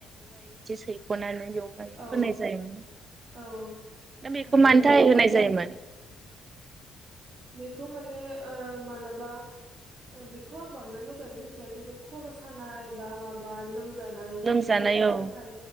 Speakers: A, on the right; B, on the right.
A: <unintelligible>
B: औ
A: बेयावहाय
B: औ
A: होनाय
B: ओ बेखौबो
A: जायोमोन
B: बेखौ माने ओ मालाबा बेखौ आं बांद्राय मोजाङै मिथिया खिनथु खर' सानाय बा माबा लोमजानाय बेफोर
A: लोमजानाय
B: बायदिनि
A: औ
B: थाखाय